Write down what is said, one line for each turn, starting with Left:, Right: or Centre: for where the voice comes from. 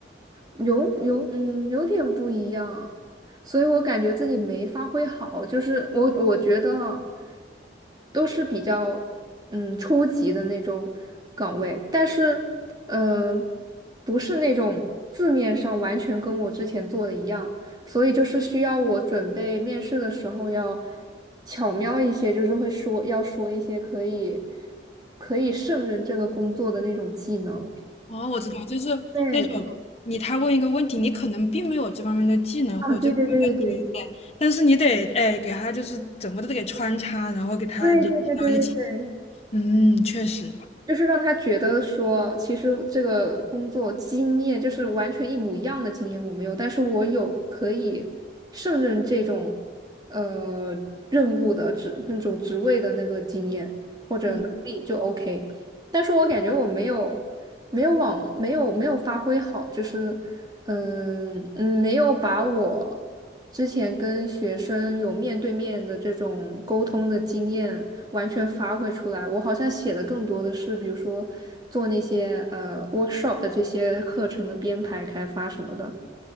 Right: 有有，嗯，有点不一样，所以我感觉自己没发挥好，就是我我觉得啊，都是比较嗯初级的那种岗位，但是呃不是那种字面上完全跟我之前做的一样，所以就是需要我准备面试的时候要巧妙一些，就是会说要说一些可以可以胜任这个工作的那种技能。
Left: 哦，我知道，就是那种你他问一个问题，
Right: 对，
Left: 你可能并没有这方面的技能或者这方面的经验，
Right: 啊，对对对对对。
Left: 但是你得哎给他就是怎么都得给穿插，然后给他联系到一起。
Right: 对对对对对对，
Left: 嗯，确实，
Right: 就是让他觉得说，其实这个工作经验就是完全一模一样的经验我没有，但是我有可以胜任这种呃任务的职那种职位的那个经验或者能力就
Left: 嗯
Right: OK，但是我感觉我没有没有往没有没有发挥好，就是嗯嗯没有把我之前跟学生有面对面的这种沟通的经验。完全发挥出来。我好像写的更多的是，比如说做那些呃 workshop 的这些课程的编排、开发什么的。